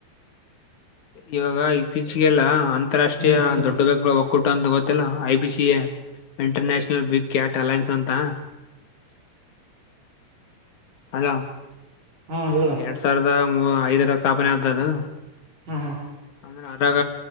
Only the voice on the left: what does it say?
ಇವಾಗ ಇತ್ತೀಚಿಗೆಲ್ಲಾ ಅಂತಾರಾಷ್ಟ್ರೀಯ
ದೊಡ್ಡ ಬಕ್ಗಳು ಹೋಗ್ತ ಕೊಟ್ಟಂತ ಗೊತ್ತಿಲ್ಲ IPC A international big cat alliance ಅಂತ ಹಲೋ
ಎರಡ್ ಸಾವಿರದ ಮೂ ಐದರ ಸ್ಥಾಪನೆ ಆತ ಅದು
ಅಂದ್ರೆ ಅದಾಗ